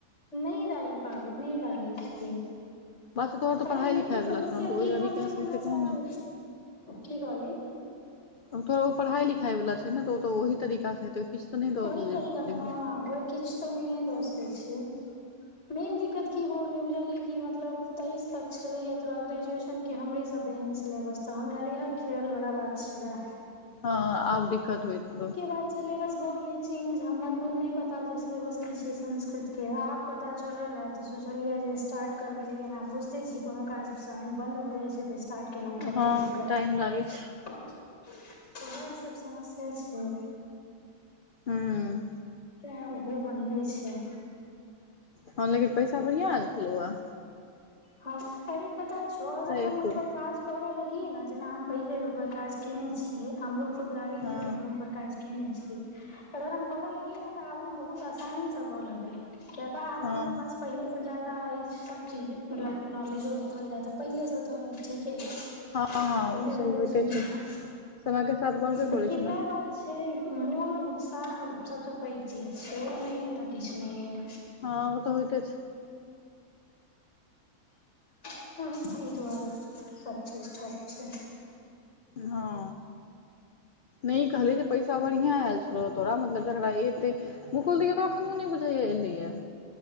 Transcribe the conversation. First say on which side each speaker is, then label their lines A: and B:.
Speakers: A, on the left (about 45°); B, on the left (about 65°).
A: नै डाएल पाबै, नै डालै छिये।
B: बात छै तोहर तऽ
A: अरे
B: पढ़ाइ
A: मेन
B: लिखाइ वला
A: समस्या
B: छलौ तऽ
A: की
B: ओहि
A: भऽ
B: तरीकासँ
A: गेलै हमरा
B: हेतै तहन
A: साथ,
B: ने
A: की कहली।
B: औ तोहर ओ पढ़ाय-लिखाय वला छै ने तऽ ओ ते ओहि तरीका से हेतै। किछु तऽ नहि दऽ
A: ओहि तरीका
B: देलकै
A: हां और किछ त नहिये द सकै छी। मेन दिक्कत की भ गेलै बुझली कि मतलब तेइस तक छलैया तोरा ग्रेजुएश न के हमरे सब जेहन सिलेबस त हमरा रेहल-खेहल बला बात छला।
B: हां आब दिक्कत होएत हेतौ।
A: बाद सिलेबस भ गेल लै चेंज हमरा खुद नै पता छै सिलेबस की छै संस्कृत के, आब पता चलल ऐ। त सोचलियै जे स्टार्ट करबै, लेकिन आब बुझते छी कोनो काज जहन बन्द भ जाय छै ते स्टार्ट केना मे कते
B: हँ
A: दिक्कत
B: टाइम लागै छै
A: उहाए सब समस्या छै।
B: हूँ
A: तै उहो बन्दे छै।
B: हां लेकिन पैसा बढ़ियां आएल छलु अए।
A: हां अरे पता छौ अगर
B: एतौ
A: हम ओय पर काज करा लगियै नै जेना हम पहिले ओय पर काज केने छियै, हमरो खुद लागैया
B: हँ
A: जे हम ओय पर काज केने छी, अगर हम करा लगियै नै त आब हम बहुत आसानी स क लेबै। कियाए ते आब
B: हँ
A: हमरा पास पहिले से जादा एछ सब चीज मतलब नॉलेजो देखल जाय त पहिले से तहन ठीके ऐ।
B: हँ हँ
A: पहिले
B: ओ तऽ
A: ओते
B: सही होइते
A: चीज नै
B: छै
A: रेहाए
B: समय के साथ बढ़बे
A: लेकिन
B: करै छै ने
A: वाएह बात छै, मोन उत्साह सबसे पैग चीज छै, ओनैये ते किछ नै या।
B: हँ ओ त होइते छै।
A: हँ अहि दुआरे सब चीज ठप छै।
B: हँ नै कह। जे पैसा बढ़ियां आयल छलौ तोरा मतलब गरबा एते। मुकुल दी के त एखनो नै बुझैए एलैए।